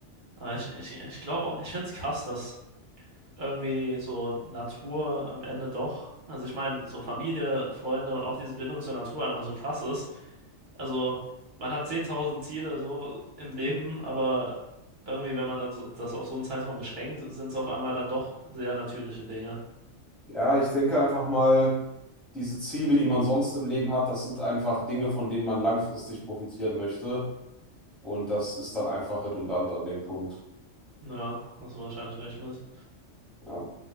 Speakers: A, on the right; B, in the centre.
A: Aber ich, ich, ich glaube auch, ich finde es krass, dass irgendwie so Natur am Ende doch, also ich meine, so Familie, Freunde und auch diese Bindung zur Natur einfach so krass ist. Also, man hat 10.000 Ziele so im Leben, aber irgendwie, wenn man dann so, das auf so einen Zeitraum beschränkt, sind es auf einmal dann doch sehr natürliche Dinge.
B: Ja, ich denke einfach mal, diese Ziele, die man sonst im Leben hat, das sind einfach Dinge, von denen man langfristig profitieren möchte. Und das ist dann einfach redundant an dem Punkt.
A: Ja, hast du wahrscheinlich recht mit.
B: Ja.